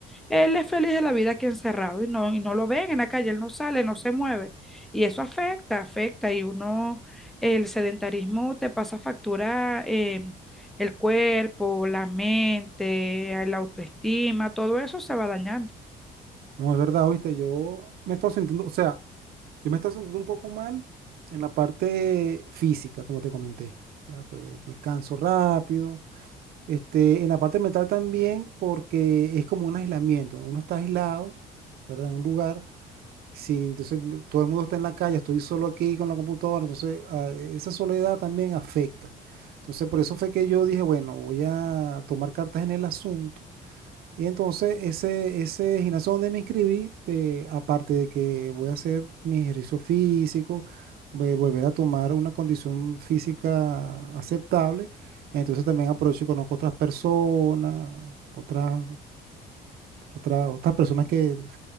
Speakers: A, in the centre; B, on the right.
A: él es feliz de la vida aquí encerrado y no, y no lo ven en la calle, él no sale, no se mueve. Y eso afecta, afecta, y uno, el sedentarismo te pasa factura eh, el cuerpo, la mente, la autoestima, todo eso se va dañando.
B: No, es verdad, oíste, yo me he estado sintiendo, o sea, Yo me está sintiendo un poco mal en la parte física, como te comenté. ya, pues, me canso rápido. Este, en la parte mental también, porque es como un aislamiento. Uno está aislado, ¿verdad? En un lugar. Sí, entonces n- todo el mundo está en la calle, estoy solo aquí con la computadora. Entonces, ah, esa soledad también afecta. Entonces, por eso fue que yo dije, bueno, voy a tomar cartas en el asunto y entonces ese, ese gimnasio donde me inscribí, eh, aparte de que voy a hacer mi ejercicio físico, voy a volver a tomar una condición física aceptable, entonces también aprovecho y conozco otras personas, otras, otras, otras personas que,